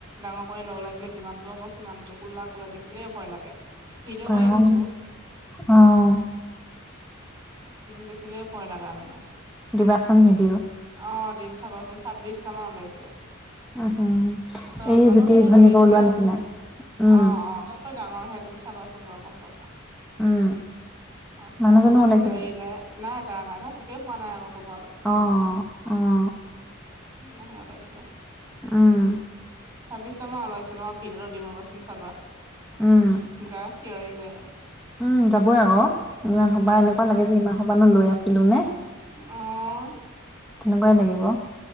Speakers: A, on the right (about 25°); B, in the centre.
A: ডাঙৰ কৰি লগ লাগিলে যিমান টো হ'ব সিমানটো, কোল কোলা দেখিলেইে ভয় লাগে। ভিডিঅ'
B: কাণ
A: কৰি আনিছো
B: ওম
A: উম দেখিলে ভয় লগা মানে।
B: দিবাচোন ভিডিঅ'
A: অঁ দিম চাবাচোন ছাব্বিশটা মান ওলাইছে।
B: উম উম
A: পাছত
B: এই
A: মানুহ
B: জুতি
A: জনো
B: ঘৈণীয়েক
A: জাৰিছে।
B: ওলোৱা নিচিনা উম
A: অঁ অঁ ত গাঁৱৰহে তুমি চাবা চো ৰু গ'ম পাবা
B: উম
A: তাছত
B: মানুহজনো
A: মানুহ জনীও
B: ওলাইছে
A: জাৰিলে
B: নেকি
A: নাই তাৰ নাই নহয় পোকে খোৱা নাই আক
B: অঁ অঁ
A: ম'হে ওলাইছে।
B: উম।
A: ছাব্বিশটা মান ওলাইছে তোমাক ভিদিঅ'টো দিম ৰ'বা চোন চাবা গা
B: উম
A: শিয়ৰি যায়।
B: উম যাবই আক ইমান সোপাহ এনেকুৱা লাগে যে ইমান সোপানো লৈ আছিলো নে?
A: অঁ
B: তেনেকুৱাই লাগিব।